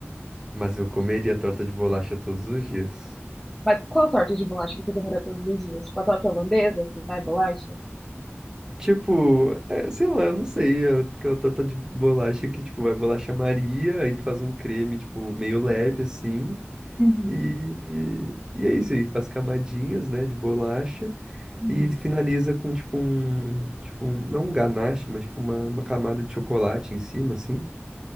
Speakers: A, on the right; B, in the centre.
A: mas eu comeria torta de bolacha todos os dias.
B: Mas qual torta de bolacha que você comeria todos os dias? Tipo a torta holandesa, que vai bolacha?
A: Tipo, é, sei lá, eu não sei, é aquela torta de bolacha que, tipo, vai bolacha Maria, aí tu faz um creme, tipo, meio leve, assim,
B: Uhum,
A: e, e, e é isso aí, faz camadinhas, né, de bolacha,
B: uhum,
A: e finaliza com, tipo, um, tipo, um- não um ganache, mas, tipo, uma, uma camada de chocolate em cima, assim,